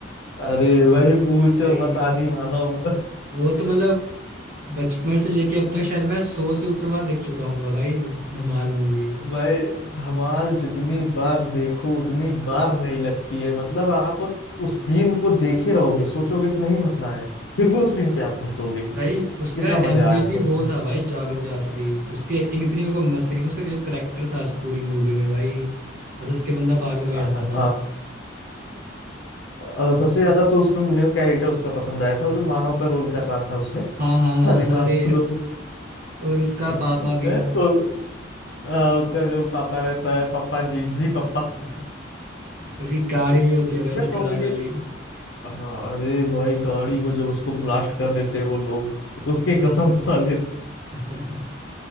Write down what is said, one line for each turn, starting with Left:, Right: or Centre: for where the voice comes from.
Left: अरे भाई पूछो
Right: भाई
Left: मत आदि मानव
Right: वो तो मतलब बचपन से लेके अब
Left: <laughs>
Right: तक शायद मैं सौ से ऊपर बार देख चुका हूँ भाई धमाल मूवी
Left: भाई धमाल जितनी बार देखो उतनी बार नहीं लगती है मतलब आप उस सीन को देखे रहोगे सोचोगे कि नहीं हंसना है फिर भी उस सीन पे आप हंस दोगे
Right: भाई उसका
Left: इतना
Right: एमवीपी
Left: मजा आता
Right: वो
Left: है
Right: था भाई जावेद जाफरी उसकी एक्टिंग इतनी मेरे को मस्त लगी थी उसका जो करेक्टर था उस पूरी मूवी में भाई हंस हंस के बंदा पागल हो जाता
Left: हाँ
Right: था
Left: हाँ और सबसे ज्यादा तो उसमें मुझे कैरेक्टर उसका पसंद आया था वो जो मानव का रोल कर रहा था उसमें
Right: हाँ हाँ
Left: हनी
Right: हाँ
Left: मानव
Right: अरे
Left: तो दोनों
Right: और उसका
Left: हैं,
Right: पापा भी
Left: को- आ, उसका जो पापा रहता है पापा जी जी पापा
Right: <laughs> उसकी गाड़ी भी होती है भाई
Left: इतना
Right: डिकरा
Left: कॉमेडी
Right: वाली
Left: हाँ, अरे भाई गाड़ी को जब उसको ब्लास्ट कर देते हैं वो लोग उसकी कसम खा लेते
Right: <laughs> तो